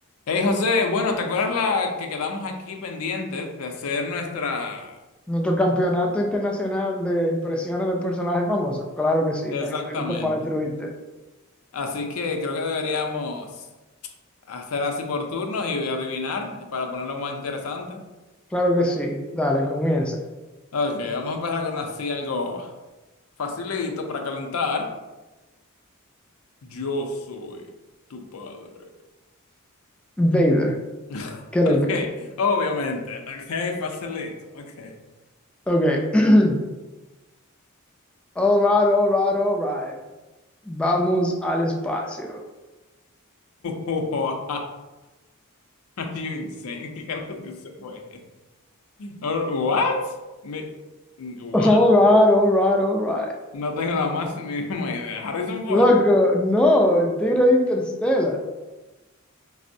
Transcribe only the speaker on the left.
Hey José, bueno, ¿te acuerdas la que quedamos aquí pendientes de hacer nuestra...
Exactamente.
Así que creo que deberíamos hacer así por turnos y adivinar para ponerlo más interesante.
Ok, vamos a empezar con así algo facilito para calentar. Yo soy tu padre.
<laughs>
Ok,
obviamente. Ok, facilito. Ok. <laughs>
Wow. Are You insane. ¿Qué carajo que se fue Or- What? Ni- what?
No tengo la más mínima idea. Harrison Ford.